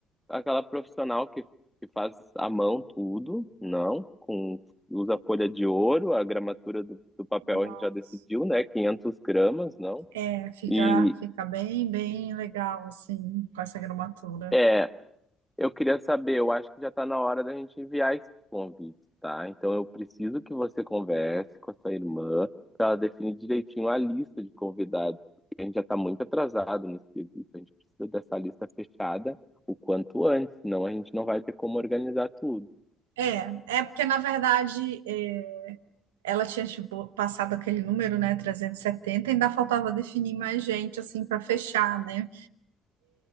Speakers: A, in the centre; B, on the right.
A: aquela profissional que, que faz à mão tudo, não, com usa folha de ouro, a gramatura do, do papel
B: Nossa.
A: a gente já decidiu, né? 500 gramas, não.
B: É, fica,
A: E
B: fica bem, bem legal assim com essa gramatura.
A: é, eu queria saber, eu acho que já está na hora da gente enviar esse convite, tá? Então eu preciso que você converse com a sua irmã para ela definir direitinho a lista de convidados, porque a gente já está muito atrasado nesse quesito, a gente precisa dessa lista fechada o quanto antes, senão a gente não vai ter como organizar tudo.
B: É, é porque na verdade é, ela tinha tipo, passado aquele número, né, 370 ainda faltava definir mais gente assim para fechar, né?